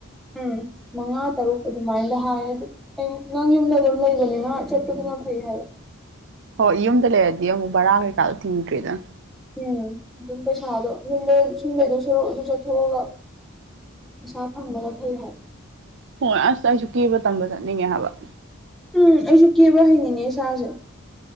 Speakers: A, in the centre; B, on the right.
A: ꯎꯝ ꯃꯉꯥ ꯇꯔꯨꯛ ꯑꯗꯨꯃꯥꯏꯗ ꯍꯥꯏ ꯑꯗꯨ ꯑꯩ ꯅꯪ ꯌꯨꯝꯗ ꯑꯗꯨꯝ ꯂꯩꯕꯅꯤꯅ ꯆꯠꯄꯗꯨꯅ ꯐꯩ ꯍꯥꯏꯌꯦ
B: ꯍꯣꯏ ꯌꯨꯝꯗ ꯂꯩꯔꯗꯤ ꯑꯃꯨꯛ ꯕꯔꯥ ꯀꯩꯀꯥꯗꯣ ꯊꯤꯡꯗ꯭ꯔꯦꯗꯅ
A: ꯎꯝ ꯑꯗꯨꯝ ꯄꯩꯁꯥꯗꯣ ꯌꯨꯝꯗ ꯁꯨꯝ ꯂꯩꯩꯗꯧ ꯁꯔꯨꯛ ꯑꯗꯨ ꯆꯠꯊꯣꯛꯑꯒ ꯄꯩꯁꯥ ꯐꯪꯕꯅ ꯐꯩ ꯍꯥꯏ
B: ꯍꯣꯏ ꯑꯁ ꯑꯩꯁꯨ ꯀꯦꯕ ꯇꯝꯕ ꯆꯠꯅꯤꯡꯉꯦ ꯍꯥꯏꯕ
A: ꯎꯝ ꯑꯩꯁꯨ ꯀꯦꯕ ꯍꯩꯅꯤꯡꯉꯦ ꯏꯁꯥꯁꯦ